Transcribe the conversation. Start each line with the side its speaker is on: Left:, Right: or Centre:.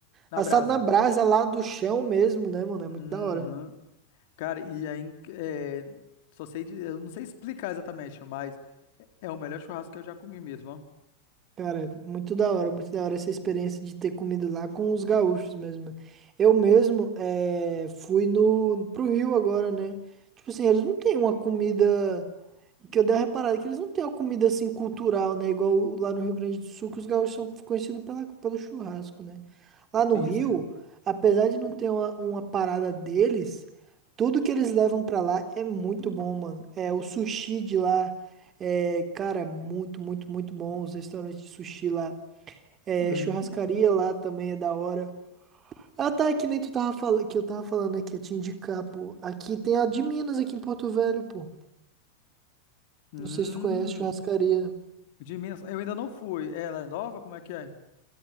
Left: na
Right: assado
Left: brasa.
Right: na brasa lá do chão mesmo, né, mano? É
Left: Uhum.
Right: muito da hora.
Left: Cara, e aí, é, só sei, de- eu não sei explicar exatamente, mas é o melhor churrasco que eu já comi mesmo, ó.
Right: Cara, muito da hora, muito da hora essa experiência de ter comido lá com os gaúchos mesmo. Eu mesmo eh, fui no, pro Rio agora, né? Tipo assim, eles não têm uma comida que eu dei uma reparada é que eles não têm uma comida assim cultural, né? Igual lá no Rio Grande do Sul, que os gaúchos são conhecidos pela, pelo churrasco, né? Lá no
Left: Sim,
Right: Rio,
Left: sim.
Right: apesar de não ter uma, uma parada deles, tudo que eles levam pra lá é muito bom, mano. É o sushi de lá, é, cara, muito, muito, muito bom. Os restaurantes de sushi lá, é,
Left: Uhum.
Right: churrascaria lá também é da hora. Ah, tá, é que nem tu tava falando, que eu tava falando aqui, eu te indicar, pô. Aqui tem a de Minas, aqui em Porto Velho, pô.
Left: Hum,
Right: Não sei se tu conhece churrascaria.
Left: de Minas, eu ainda não fui. Ela é nova? Como é que é?